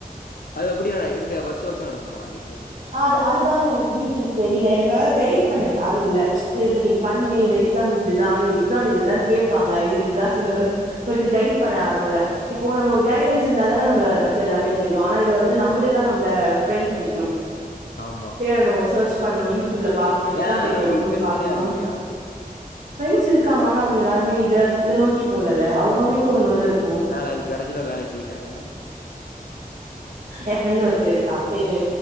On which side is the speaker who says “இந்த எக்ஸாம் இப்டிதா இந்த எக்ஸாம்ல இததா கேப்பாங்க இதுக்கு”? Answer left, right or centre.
Right